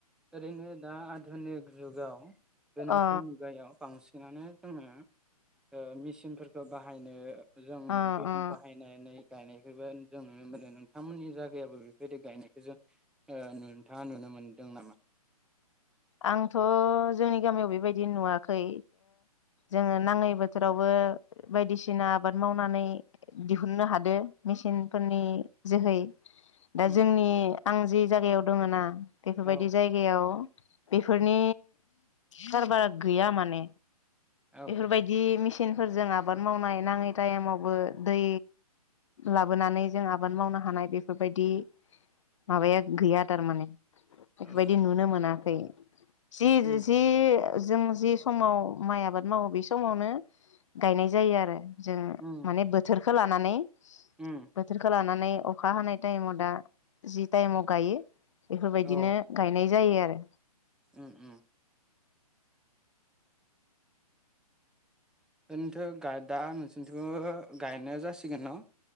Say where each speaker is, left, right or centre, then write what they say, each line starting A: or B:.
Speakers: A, in the centre; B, on the left.
A: ओरैनो दा आधुनिक जुगाव गोनोखो
B: अ
A: मुगायाव बांसिनानो जोङो ओ‌ मेसिनफोरखौ बाहायनो जों
B: अ
A: बे
B: अ
A: बाहायनाय गायनायखौबो जों नुनो मोनो नोंथांमोननि जायगायाबो बेफोरबायदि गायनायखौ जों <unintelligible> नोंथाङा नुनो मोनदों नामा?
B: आंथ' जोंनि गामियाव बेबायदि नुवाखै ओ नाङै बोथोरावबो बायदिसिना आबाद मावनानै दिहुननो हादो मेसिनफोरनि जोहै दा
A: उम
B: जोंनि आं जि जायगायाव दङ ना बेफोरबायदि
A: औ
B: जायगायाव बेफोरनि खारबारा गैया माने
A: औ
B: बेफोरबायदि मि चिनफोरजों आबाद मावनाय नाङै टाइमावबो दै लाबोनानै जों आबाद मावनो हानाय बेफोरबायदि माबाया गैया थारमाने बेफोरबायदि
A: औ
B: नुनो मोनाखै जि
A: उम
B: जि जों जि समाव माइ आबाद मावो बे समावनो गायनाय जायो आरो जों
A: उम
B: माने बोथोर बेखो लानानै
A: उम
B: बोथोरखौ लानानै नै अखा हानाय टाइमाव दा जि टाइमाव गायो बेफोरबायदिनो
A: अ
B: गायनाय जायो आरो
A: उम उम ओरैनोथ' दा नोंसोरनिथि'बो गायनाया जासिगोन न'?